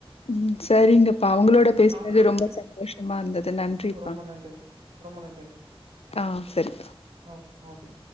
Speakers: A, on the left (about 75°); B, on the right (about 70°).
A: ம் சரிங்கப்பா உங்களோட
B: சரி
A: பேசுனது
B: அவங்களோட
A: ரொம்ப
B: பேச
A: சந்தோஷமா இருந்தது நன்றிப்பா
B: ரொம்ப நன்றிங் ரொம்ப நன்றிங்
A: ஆ சரி
B: ஓ ஓகே